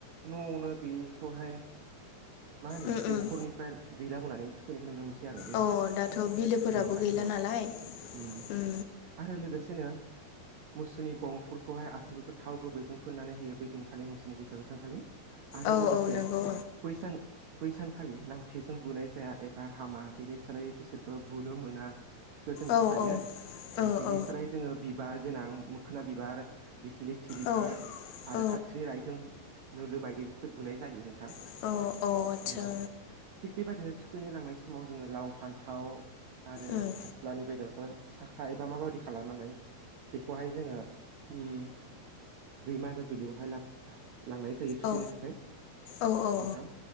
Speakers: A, on the right; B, on the left.
A: न'आवनो बेखौहाय मा होनो
B: उम
A: दैखरनिफ्राय
B: उम
A: दै लाबोनानै खैनायखौ नुनो मोनसै आरो बेबायदि
B: अ दाथ' बिलोफोराबो
A: ओम आथिखालाव
B: गैला नालाय
A: ओम
B: उम
A: आरो लोगोसेनो मुसुनि गंफोरफोरखौहाय आससिगुरखौ थाव गुबैजों फुननानै होयो बे दिनखालि मुसुनि बैसागो सानखालि आरो
B: औ
A: लोगोसे
B: औ नंगौ
A: बै सान बैसानखालि लावथिजों बुनाय जाया एबा हामा बेनि सोलायै बिसोरखौ बुनो मोना बेखो जोङो
B: ओं
A: फोथायो
B: औ
A: ओ
B: औ
A: बिनि
B: औ
A: सोलाय जोङो बि बिबार गोनां मोखोना बिबार दिखिलिथि बिबार
B: औ
A: आरो
B: औ
A: खाथिरि राइ नुल बायदिजोंसो बुनाय जायो नोंथां
B: औ औ आदसा
A: ओम। थिग बेबायदिनो थुखैनो लांनाय समाव जोङो लाव फान्थाव आरो
B: उम
A: खास सिस्लानि बेदरखौ साखा एबा माबायदि खालामनानै बेखौहाय जोङो ओम दैमा एबा बिलोयावहाय लाग्गा लांनाय जायो थुखैनो
B: औ
A: थाखाय
B: औ औ
A: नोंथां